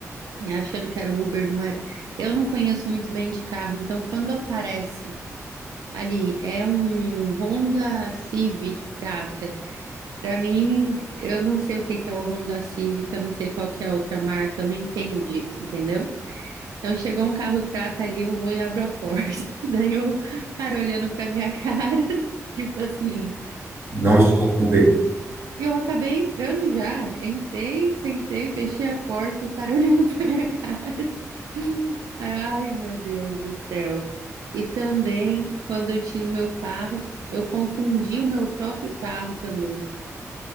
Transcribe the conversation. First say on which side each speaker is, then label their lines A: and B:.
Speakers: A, on the right; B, on the right.
A: e achando que era o Uber, não era. Eu não conheço muito bem de carro, então quando aparece ali, é um Honda Civic prata. Pra mim, eu não sei o que que é o Honda Civic, eu não sei qual que é a outra marca, eu não entendo disso, entendeu? Então chegou um carro prata ali, eu vou e abro a porta. <laughs> Daí eu, cara, olhando pra minha cara, <laughs> tipo assim.
B: Não sou Uber.
A: E eu acabei entrando já. Entrei, sentei, fechei a porta, o cara <laughs> olhando pra minha cara. Aí eu, Ai, meu Deus do céu. E também, quando eu tinha o meu carro, eu confundi o meu próprio carro também.